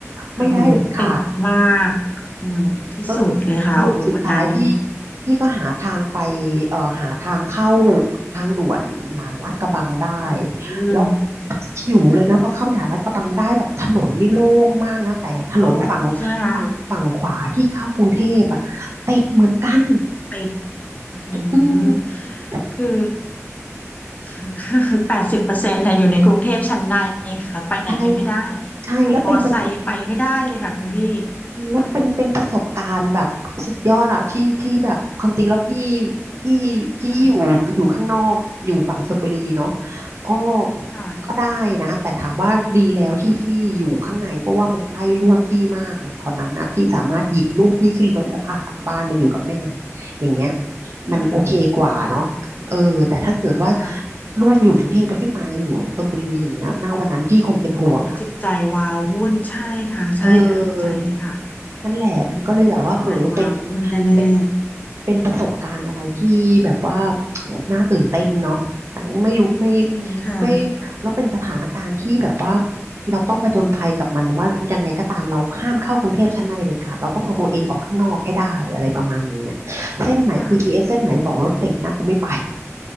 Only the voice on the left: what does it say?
โอ้โหติดมากอืมที่สุดเลยค่ะโอ้โหวันนั้น
ค่ะ
อืม
โล่งใช่ไหมคะติดอื
มคือ <laughs> คือแปดสิบเปอร์เซ็นต์อยู่ในกรุงเทพชั้นในค่ะไปไหนกันไม่ได้
ขนาดมอไซค์ยังไปไม่ได้เลยค่ะคุณพี่
ค่ะ
ค่ะ
ค่ะ
ค่ะ
ค่ะ ค่ะ
โอ้โหจิตใจวาวุ่นใช่ค่ะ ใช่ค่ะเข้าใจเลยค่ะ
โอ้โหจิตใจวาวุ่นแน่
ๆจริงค่ะ
ค่ะ